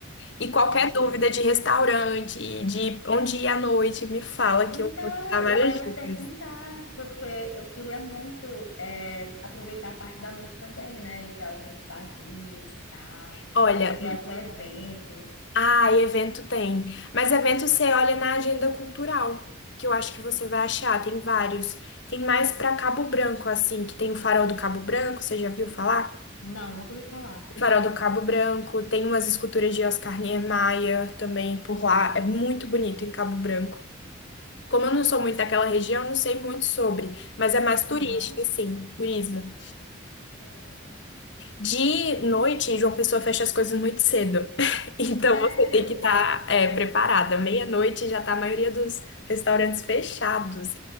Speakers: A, on the left; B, on the left.
A: E
B: Ah,
A: qualquer
B: imagina.
A: dúvida de restaurante, de onde ir à noite, me fala que
B: Então,
A: eu vou te dar
B: eu
A: várias
B: já ia
A: dicas.
B: perguntar, porque eu queria muito é, aproveitar a parte da noite também, né? Ir para alguns barzinhos e tal,
A: Olha,
B: é, ver algum evento.
A: ah, evento tem. Mas evento você olha na agenda cultural, que eu acho que você vai achar, tem vários. Tem mais pra Cabo Branco, assim, que tem o Farol do Cabo Branco, você já viu falar?
B: Não, nunca ouvi falar.
A: Farol do Cabo Branco, tem umas esculturas de Oscar Niemeyer também por lá. É muito bonito em Cabo Branco. Como eu não sou muito daquela região, eu não sei muito sobre, mas é mais
B: Aham.
A: turístico, assim, turismo. De noite, João Pessoa fecha as coisas muito cedo. <laughs> Então
B: Sério?
A: você tem que estar preparada. Meia-noite já está a maioria dos restaurantes fechados.